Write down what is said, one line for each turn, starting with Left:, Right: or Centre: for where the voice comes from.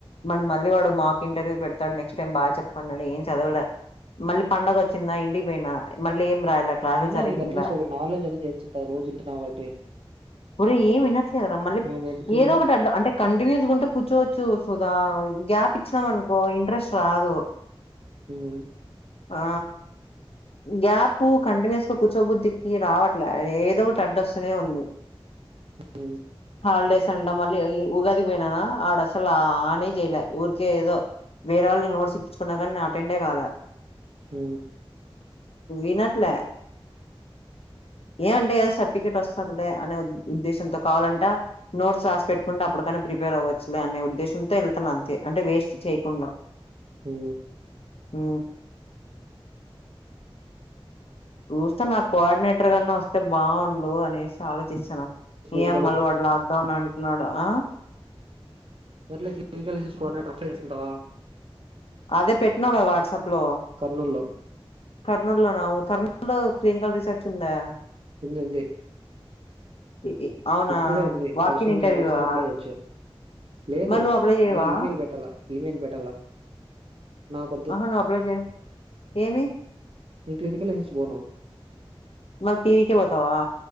Left: మన మళ్ళీ వాడు మాకు ఇంటర్వ్యూ పెడతాడు నెక్స్ట్ టైం బాగా చెప్పండి ఏం చదవవులే మళ్ళీ పండడుగ వచ్చిందా ఇంటికి పోయినా మళ్ళీ ఏం రాయలే క్లాసులు
Right: అయినా
Left: సరిగా
Right: నీకు
Left: ఇన్లే
Right: అట్లీస్ట్ ఒక నాలుెడ్జ్ అనేది ఏడ్చంటుది రోజు ఇంటును కాబట్టి
Left: పరే ఏమినారా మల
Right: మా బతుకులు
Left: ఏదో ఒకటి అడ్ అంటే కంటిన్యూస్ ఉంటే కూర్చోవచ్చు సుదా గ్యాప్ ఇచ్చినామ అనుకో ఇంట్రెస్ట్ రాదు
Right: అవు
Left: ఆ గ్యాప్ కంటిన్యూస్ గా కూచోబుద్ధికి రావట్ ఏదో ఒక టడస్సనేే ఉంది
Right: హ
Left: హాలడేస్ అంట మళ్ళీ ఉగాదికి పోయిననా ఆడసలు ఆనే చేయలే ఊరికే ఏదో వేరే వాళ నేను నోట్స్ ఇించుకున్నా కాగానీ అటెండడ్ కాల
Right: హ
Left: ఈనాట్ల ఏ అంటే ఏదో సర్టిఫికేట్ వస్తలే అనే ఉద్దేశంతో కావాలంట నోట్స్ రాసి పెట్టుకుంటే అప్పుటికైనా ప్రిపేర్ అవ్వచ్చులే అనే ఉద్దేశంతో వెళ్తాను అంతే అంటే వేస్ట్ చేయకుండా
Right: హ
Left: హ చూస్తే నాకు కోఆర్డినేటర్ కన్నా వస్తే బాగుండు అనేసి ఆలోచిస్తన్నా
Right: క్లినికల్
Left: ఏమ్మలు వాడు లాక్డౌన్ అంటున్నాడు ఆ
Right: సట్లే కమికల్కోడిన అప్పుడ తీసుకుంటావా
Left: అదే పెట్టినా కదా వాట్సాప్ లో
Right: కర్నూలులో
Left: కర్నూలు లోనా కర్నూలు లో క్ీనికల్ రీసార్చ్ ఉందా
Right: ఉంది ఉంది
Left: ఇ ఇ అవునా
Right: ఇప్పుడే ఉంది
Left: వాకిన్
Right: పరిశుం
Left: ఇంటర్వ్యూవా
Right: క్యాండిడేట్స్ అప్లై అయ్యొచ్చు లేదు
Left: మరి నువ్వు అప్లై చేయవా
Right: మ ఇమెయిల్ పెట్టాల ఇమెయిల్ పెట్టాల నా కొద్ది
Left: ఆహా నువ్వు అప్లై చేయ్ ఏమి
Right: న క్లినికల్ వించి పోను
Left: మరి పివీ క బతవా